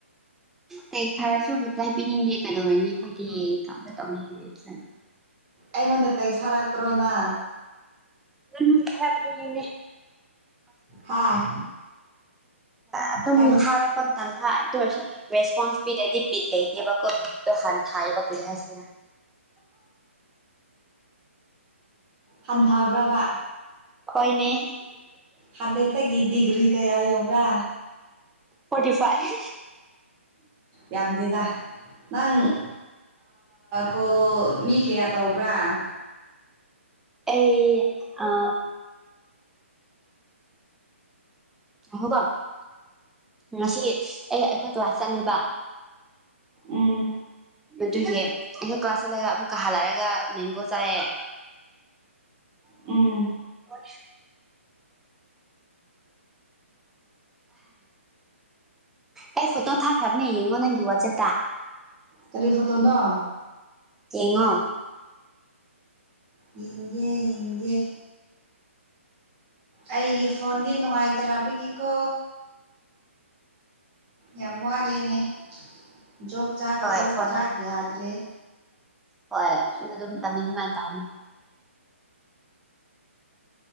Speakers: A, in the centre; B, on the right.
A: ꯀ ꯊꯔꯁꯨ ꯔꯤꯄ꯭ꯂꯥꯏ ꯄꯤꯅꯤꯡꯗꯦ ꯀꯩꯗꯧꯔꯅꯤ ꯑꯩꯈꯣꯏꯗꯤ ꯀꯝꯇ ꯇꯧꯅꯤꯡꯉꯦ ꯂꯩꯠꯇ꯭ꯔꯥꯅ
B: ꯑꯩꯃꯗ ꯇ ꯁꯔꯒ ꯄꯨꯔꯣꯅꯥ
A: ꯅ ꯆꯔ ꯀꯗꯗꯤꯅꯦ
B: ꯍꯥ
A: ꯑꯗꯨꯝ
B: ꯀꯔꯤ
A: ꯊꯥꯔꯛꯄ ꯃꯇꯝꯗ ꯑꯗꯨ ꯑꯣꯏꯔꯁꯨ ꯔꯦꯁꯄꯣꯟꯁ ꯕꯤꯔꯗꯤ ꯕꯤꯤ ꯂꯩ ꯏꯗꯤꯦꯕ ꯀꯣ ꯍꯥꯟ ꯊ ꯄꯛꯌꯥꯁꯤ
B: ꯍꯟꯊꯕ꯭ꯔꯕ
A: ꯍꯣꯏꯅꯦ
B: ꯍꯗꯦ ꯇꯒꯤ ꯗꯗꯤꯒ꯭ꯔꯤ ꯀꯌꯥ ꯌꯧꯕ꯭ꯔꯥ
A: ꯐꯣꯔꯇꯤ ꯐꯥꯏꯚ
B: ꯌꯥꯝꯗꯦꯗ ꯅꯪ ꯀꯣ ꯃꯤ ꯀꯌꯥ ꯇꯧꯕ꯭ꯔꯥ
A: ꯑꯩ ꯑ ꯑꯍꯣꯀꯣ ꯉꯁꯤ ꯑꯩ ꯑꯩꯈꯣꯏ ꯀ꯭ꯂꯥꯁ ꯆꯠꯂꯦꯕ
B: ꯎꯝ
A: ꯑꯗꯨꯒꯤ ꯑꯩꯈꯣꯏ ꯀ꯭ꯂꯥꯁ ꯆꯠꯂꯒ ꯑꯃꯨꯛꯀ ꯍꯜꯂꯛꯑꯒ ꯃꯦꯡꯒꯣ ꯆꯥꯏꯌꯦꯦ
B: ꯎꯝ
A: ꯍ ꯑꯩ ꯐꯣꯇꯣ ꯊꯥꯈ꯭ꯔꯕꯅꯦ ꯌꯦꯡꯉꯣ ꯅꯪꯒꯤ ꯋꯥꯆꯦꯞꯇ
B: ꯇꯔꯤꯐ ꯇꯣꯗ
A: ꯌꯦꯦꯡꯉꯣ
B: ꯌꯦꯡꯒꯦ ꯌꯦꯡꯒꯦ ꯑꯩꯒꯤ ꯐꯣꯟꯗꯤ ꯅꯨꯡꯉꯥꯏꯇꯕꯒꯤꯀꯣ ꯌꯥꯝꯃ ꯑꯔꯅꯦꯦ ꯖꯣꯛ ꯆꯥꯛ
A: ꯍꯣꯏ
B: ꯖꯣꯛ
A: ꯐꯣꯟꯅ
B: ꯆꯥꯛ ꯌꯥꯗ꯭ꯔꯦ
A: ꯍꯣꯏ ꯑꯗꯨꯝ ꯇꯝꯕꯤ ꯑꯗꯨꯃꯥꯏꯅ ꯇꯧꯅꯤ